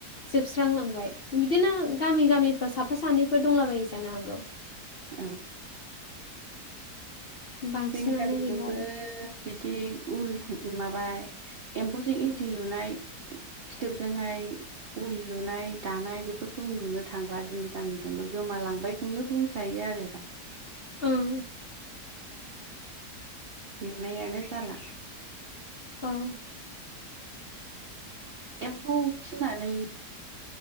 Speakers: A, on the left; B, on the right.
A: जोबस्रांलांबाय बिदिनो गामि गामिफ्राव साफा सानैफोर दंलाबायो जानो हागौ
B: औ
A: बांसिनानो
B: जोंनि गामिजोंबो
A: गैला आरो
B: बिदि उल माबा एम्फौजों इन्दि लुनाय फिथोबजोंहाय उल लुनाय दानाय बेफोरखौ नुनो थांब्ला जोंनि गामिजोंबो। गोमालांबायखौनो बुंजायो आरो दा।
A: ओं।
B: नुनायानो जाला।
A: औ।
B: एम्फौ फिनानै